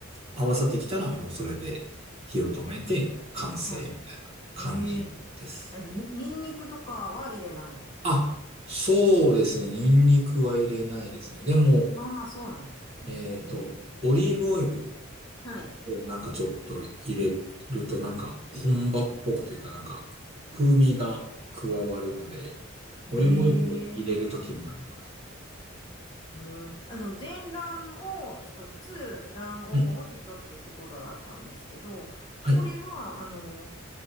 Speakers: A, on the right; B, on the left.
A: 合わさってきたらもうそれで火を止めて完成みたいな感じです。
B: はい。ええ。え、に、ニンニクとかは入れないんですか
A: あ、そうですね。ニンニクは入れないですね。でも、
B: ああ、そうなんですね。
A: えっと、
B: うんうん
A: オリーブオイル
B: はい。
A: をなんかちょっと入れるとなんか本場っぽくというかなんか風味が加わるので、
B: ええ
A: オリーブオイルを入れるときもあります。
B: うん、あの、全卵を一つ、卵黄を一つってことだったんですけど、
A: はい。はい。
B: これは、あの、